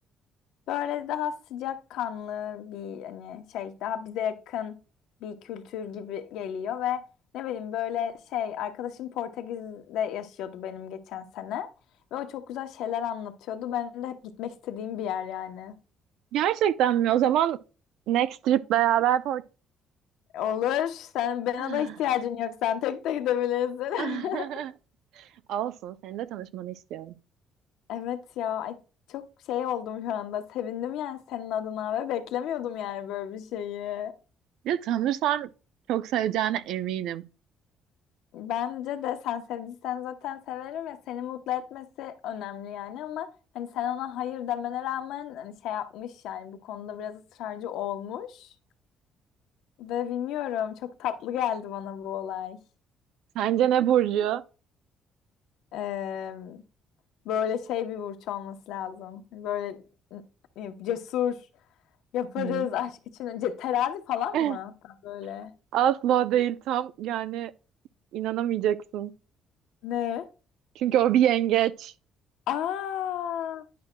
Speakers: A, on the left (about 80°); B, on the right (about 70°).
A: Böyle daha sıcakkanlı bir hani şey daha bize yakın bir kültür gibi geliyor ve ne bileyim böyle şey arkadaşım Portekiz'de yaşıyordu benim geçen sene ve o çok güzel şeyler anlatıyordu. Ben de hep gitmek istediğim bir yer yani.
B: Gerçekten mi? O zaman Next trip beraber
A: Olur. Sen bana
B: Ah.
A: da ihtiyacın yok. Sen tek de gidebilirsin.
B: <laughs>
A: <laughs>
B: Olsun, seninle tanışmanı istiyorum.
A: Evet ya ay çok şey oldum şu anda. Sevindim yani senin adına ve beklemiyordum yani böyle bir şeyi.
B: Ya tanırsan çok seveceğine eminim.
A: Bence de sen sevdiysen zaten severim ve seni mutlu etmesi önemli yani ama hani sen ona hayır demene rağmen hani şey yapmış yani bu konuda biraz ısrarcı olmuş ve bilmiyorum çok tatlı geldi bana bu olay.
B: Sence ne Burcu?
A: Ee, böyle şey bir burç olması lazım. Böyle e, cesur yaparız
B: Hı.
A: aşk için. Ce- Terazi falan
B: <laughs>
A: mı? Hatta böyle.
B: Asla değil tam yani inanamayacaksın.
A: Ne?
B: Çünkü o bir yengeç.
A: Aa!